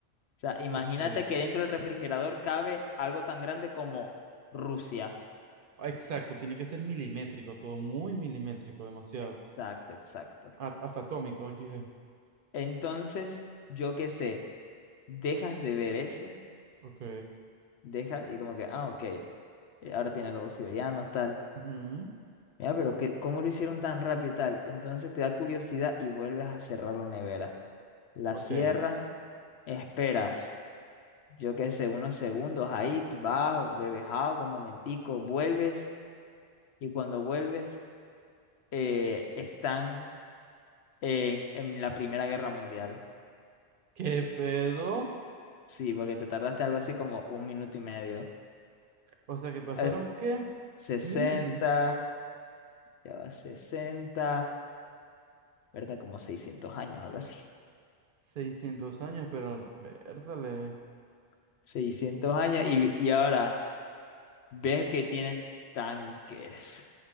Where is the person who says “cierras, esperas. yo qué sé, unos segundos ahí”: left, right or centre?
Left